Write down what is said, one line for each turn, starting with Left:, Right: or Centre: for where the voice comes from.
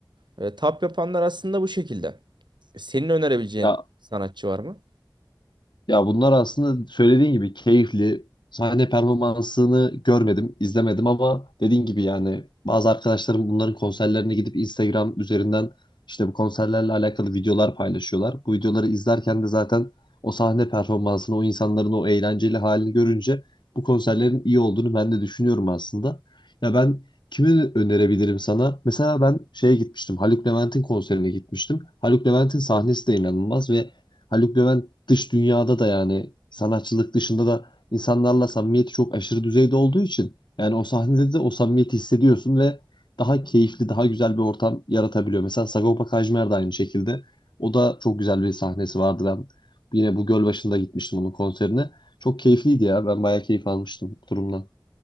Right: E, tap yapanlar aslında bu şekilde. Senin önerebileceğin
Left: Ya.
Right: sanatçı var mı?
Left: Ya bunlar aslında söylediğin gibi keyifli. Sahne performansını görmedim, izlemedim ama dediğin gibi yani bazı arkadaşlarım bunların konserlerine gidip Instagram üzerinden işte bu konserlerle alakalı videolar paylaşıyorlar. Bu videoları izlerken de zaten o sahne performansını, o insanların o eğlenceli halini görünce bu konserlerin iyi olduğunu ben de düşünüyorum aslında. Ya ben kimi önerebilirim sana? Mesela ben şeye gitmiştim. Haluk Levent'in konserine gitmiştim. Haluk Levent'in sahnesi de inanılmaz ve Haluk Levent dış dünyada da yani sanatçılık dışında da insanlarla samimiyeti çok aşırı düzeyde olduğu için yani o sahnede de o samimiyeti hissediyorsun ve daha keyifli, daha güzel bir ortam yaratabiliyor. Mesela Sagopa Kajmer de aynı şekilde. O da çok güzel bir sahnesi vardı. Ben yine bu göl başında gitmiştim onun konserine. Çok keyifliydi ya. Ben bayağı keyif almıştım bu durumdan.